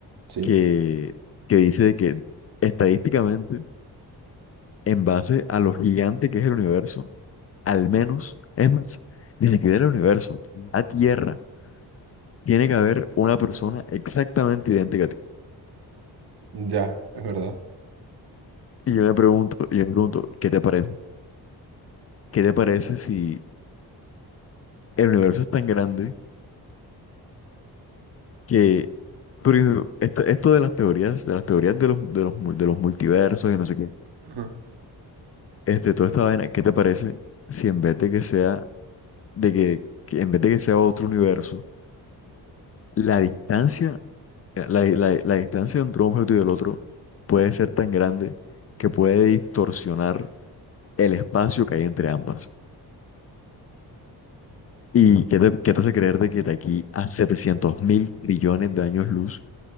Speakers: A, on the right (about 70°); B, on the left (about 40°).
A: sí,
B: que, que dice de que estadísticamente, en base a lo gigante que es el universo, al menos, es más, ni siquiera el universo, la Tierra, tiene que haber una persona exactamente idéntica a ti.
A: ya, es verdad.
B: Y yo me pregunto, y yo me pregunto, ¿qué te parece? ¿Qué te parece si el universo es tan grande que, por ejemplo, esto, esto de las teorías, de las teorías de los, de los, mul- de los multiversos y no sé qué,
A: Ajá.
B: este, toda esta vaina, ¿qué te parece si en vez de que sea de que, que en vez de que sea otro universo, la distancia, eh, la, la- la distancia entre un objeto y el otro puede ser tan grande que puede distorsionar el espacio que hay entre ambas. ¿Y qué te, qué te hace creer de que de aquí a 700 mil trillones de años luz